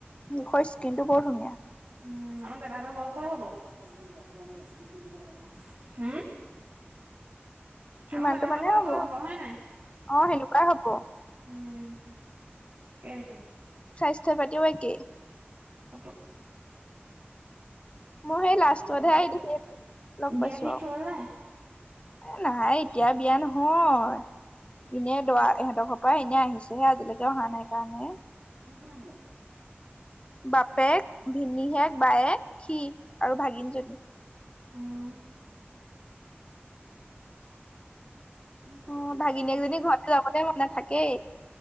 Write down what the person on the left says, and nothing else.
মুখৰ স্কিন টো বৰ ধুনীয়া।
সিমানটো
মানে
হ'ব,
অ', সেনেকুৱাই হ'ব।
স্বাস্থ্য পাতিও একেই।
মোৰ
সেই লাষ্টতহে
আহি
লগ
পাইছো
আৰু
এ, নাই এতিয়া বিয়া নহয়, এনে
দৰা ইহঁতৰ ত', এনেই আহিছেহে আজিলৈকে অহা নাই কাৰণে।
বাপেক, ভিনীহেক, বায়েক, সি আৰু ভাগিনজনী।
অ'
ভাগিনীয়েকজনী
ঘৰতে যাবলে মন থাকেই।